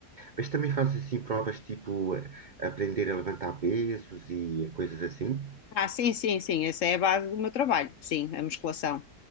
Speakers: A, on the right; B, on the left.
A: Mas também faz assim provas tipo eh, aprender a levantar pesos e coisas assim.
B: Ah, sim, sim, sim, essa é a base do meu trabalho, sim, a musculação.